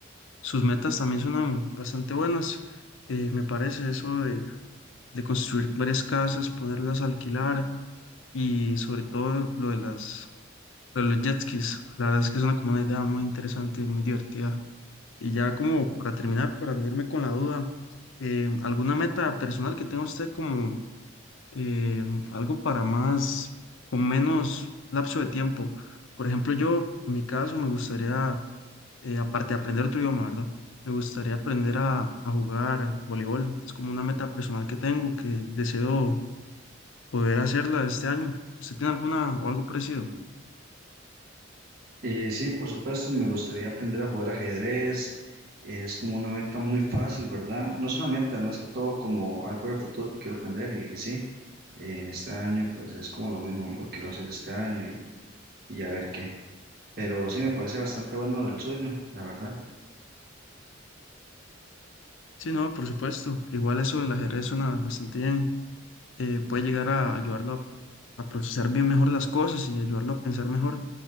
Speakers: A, on the left; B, on the right.
A: sus metas también son bastante buenas. Eh, me parece eso de, de construir varias casas, ponerlas a alquilar y sobre todo lo de las, lo de los jet skis. La verdad es que es una como una idea muy interesante y muy divertida. Y ya como para terminar, para no irme con la duda, eh, ¿alguna meta personal que tenga usted como eh, algo para más, con menos lapso de tiempo. Por ejemplo, yo, en mi caso, me gustaría, eh, aparte de aprender otro idioma, ¿verdad? Me gustaría aprender a, a jugar voleibol. Es como una meta personal que tengo, que deseo poder hacerla este año. ¿Usted tiene alguna o algo parecido?
B: Eh, sí, por supuesto, me gustaría aprender a jugar ajedrez. Es como una meta muy fácil, ¿verdad? No es una meta, no es más que todo como algo de futuro que quiero aprender y, y sí, eh, este año pues es como lo mismo, lo quiero hacer este año y, y a ver qué. Pero sí, me parece bastante bueno el suyo, la verdad.
A: Sí, no, por supuesto. Igual eso del ajedrez suena bastante bien. eh, puede llegar a ayudarlo a, a procesar bien mejor las cosas y ayudarlo a pensar mejor.